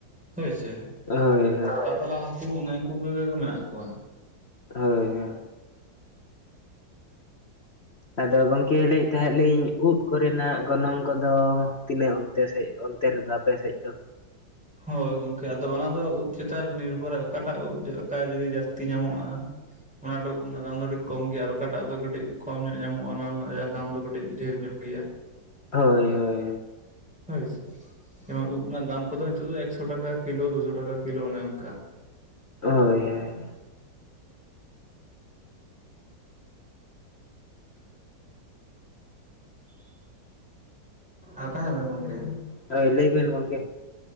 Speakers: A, in the centre; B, on the left (about 40°).
A: ᱦᱳᱭᱥᱮ
B: ᱦᱳᱭ ᱦᱳᱭ
A: ᱠᱟᱛᱞᱟ ᱦᱟᱹᱠᱩ ᱚᱱᱮ ᱩᱱᱠᱩ ᱠᱚᱜᱮ ᱠᱚ ᱢᱮᱱᱟᱜ ᱠᱚᱣᱟ ᱾
B: ᱦᱳᱭ ᱦᱳᱭ ᱟᱫᱚ ᱜᱚᱝᱠᱮ ᱞᱟᱹᱭᱮᱫ ᱛᱟᱦᱮᱸ ᱞᱤᱧ ᱩᱫᱽ ᱠᱚᱨᱮᱱᱟᱜ ᱜᱚᱱᱚᱝ ᱠᱚᱫᱚ ᱛᱤᱱᱟᱹᱜ ᱚᱱᱛᱮ ᱥᱮᱡ ᱚᱱᱛᱮ ᱨᱮᱫᱚ? ᱟᱯᱮ ᱥᱮᱫ ᱫᱚ
A: ᱦᱳᱭ ᱜᱚᱝᱠᱮ ᱟᱫᱚ ᱚᱱᱟ ᱫᱚ ᱩᱫᱽ ᱪᱮᱛᱟᱱ ᱨᱮ ᱱᱤᱨᱵᱷᱚᱨᱟᱭ ᱚᱠᱟᱴᱟᱜ ᱩᱫᱽ ᱪᱮᱫ ᱞᱮᱠᱟ ᱡᱩᱫᱤ ᱡᱟᱹᱥᱛᱤ ᱧᱟᱢᱚᱜᱼᱟ ᱚᱱᱟ ᱴᱟᱜ ᱤᱫᱽ ᱨᱮᱱᱟᱜ ᱫᱟᱢ ᱫᱚ ᱠᱟᱹᱴᱤᱡ ᱠᱚᱢ ᱜᱮᱭᱟ ᱟᱨ ᱚᱠᱟᱴᱟᱜ ᱫᱚ ᱠᱟᱹᱴᱤᱡ ᱠᱚᱢ ᱧᱚᱜ ᱧᱟᱢᱚᱜᱼᱟ ᱚᱱᱟ ᱨᱮᱱᱟᱜ ᱫᱟᱢ ᱫᱚ ᱠᱟᱹᱴᱤᱡ ᱰᱷᱮᱨ ᱧᱚᱜ ᱜᱮᱭᱟ
B: ᱦᱳᱭ ᱦᱳᱭ ᱦᱳᱭ
A: ᱦᱳᱭᱥᱮ ᱡᱮᱢᱚᱱ ᱩᱫᱽ ᱨᱮᱱᱟᱜ ᱫᱟᱢ ᱠᱚᱫᱚ ᱱᱤᱛᱚᱜ ᱫᱚ ᱮᱠᱥᱚ ᱴᱟᱠᱟ ᱠᱤᱞᱳ ᱫᱩᱥᱚ ᱴᱟᱠᱟ ᱠᱤᱞᱳ ᱚᱱᱮ ᱚᱱᱠᱟ ᱾
B: ᱦᱳᱭ ᱦᱳᱭ
A: ᱟᱠᱟᱭ ᱱᱟᱵᱮᱱ ᱜᱚᱝᱠᱮ?
B: ᱦᱳᱭ ᱞᱮᱭ ᱵᱮᱱ ᱜᱚᱝᱠᱮ